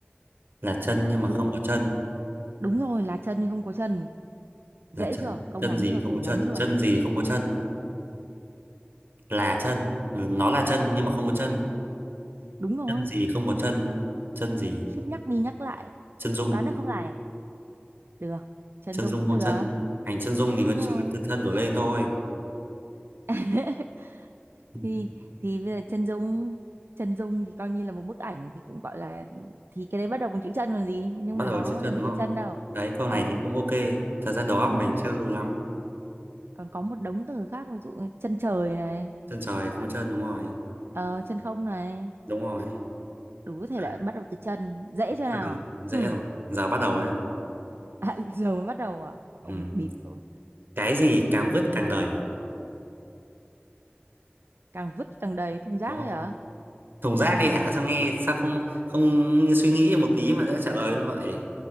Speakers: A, on the right; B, on the right.
A: Là chân nhưng mà
B: ừ
A: không có chân,
B: đúng rồi là chân nhưng không có chân dễ
A: là chân
B: chưa câu
A: chân
B: ngắn
A: gì
B: chưa
A: không
B: đủ
A: có chân,
B: ngắn chưa
A: chân gì không có chân, là chân, nó là chân nhưng mà không có chân.
B: đúng rồi
A: chân gì không có chân chân gì
B: khiếp nhắc đi nhắc lại
A: chân dung
B: đoán được không này được chân
A: chân
B: dung
A: dung
B: cũng
A: không
B: được
A: chân ảnh chân dung thì
B: đúng
A: có chỉ
B: rồi
A: có từ thân đổ lên thôi
B: <laughs>
A: Ừ,
B: thì thì bây giờ chân dung chân dung thì coi như là một bức ảnh thì cũng gọi là thì cái đấy bắt đầu bằng chữ chân còn gì nhưng
A: bắt
B: mà
A: đầu
B: nó
A: bằng chữ chân
B: làm
A: đúng
B: gì có
A: không
B: chân đâu
A: đấy câu
B: ờ
A: này thì cũng ok thật ra đầu óc
B: ừ.
A: mình chưa lưu lắm
B: còn có một đống từ khác ví dụ chân trời này
A: chân trời không có chân đúng rồi
B: ờ, chân không này
A: đúng rồi
B: đủ thể
A: Đấy,
B: loại bắt đầu từ chân dễ chưa nào
A: bắt đầu dễ
B: Hừm.
A: rồi giờ bắt đầu nhá
B: à, <laughs> giờ mới bắt đầu à ông
A: ừ.
B: bịp rồi
A: cái gì càng vứt càng đầy
B: càng vứt càng đầy thùng rác
A: đúng không
B: ấy hả
A: thùng rác đi hả sao nghe sao không không suy nghĩ một tí mà đã trả lời như vậy